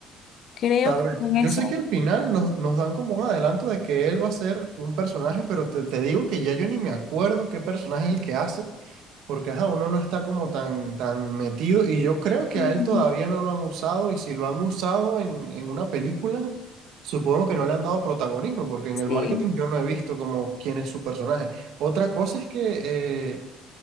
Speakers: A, on the left (about 55°); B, on the right (about 75°).
A: Creo
B: Tal
A: que
B: vez.
A: fue en
B: Yo
A: eso.
B: sé que al final nos, nos dan como un adelanto de que él va a ser un personaje, pero te, te digo que ya yo ni me acuerdo qué personaje es el que hace. Porque ajá, uno no está como tan, tan metido y yo creo que
A: Mm,
B: a él todavía no lo han usado y si lo han usado en, en una película, supongo que no le han dado protagonismo porque en
A: Sí,
B: el marketing yo no he visto como quién es su personaje. Otra cosa es que eh,